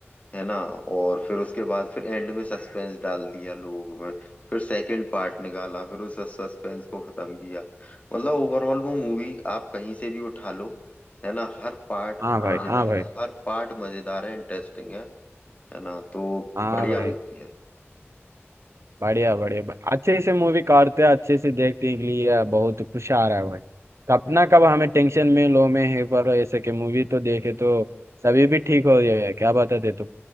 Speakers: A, on the left; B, on the right.
A: है ना और फिर उसके बाद फिर एंड में सस्पेंस डाल दिया लोग में फिर सेकंड पार्ट निकाला फिर उस सस्पेंस को खत्म किया मतलब ओवरऑल वो मूवी आप कहीं से भी उठा लो है ना हर पार्ट
B: हाँ भाई
A: मजेदार
B: हाँ भाई हाँ भाई
A: है हर पार्ट मजेदार है इंटरेस्टिंग है है ना तो
B: हाँ
A: बढ़िया
B: भाई
A: मूवी है
B: बढ़िया बढ़िया ब- अच्छे से मूवी काटते अच्छे से देखने के लिए बहुत खुश आ रहा है भाई कब ना कब हमें टेंशन में लो में है पर ऐसे के मूवी तो देखे तो सभी भी ठीक हो जाए क्या बताते तुम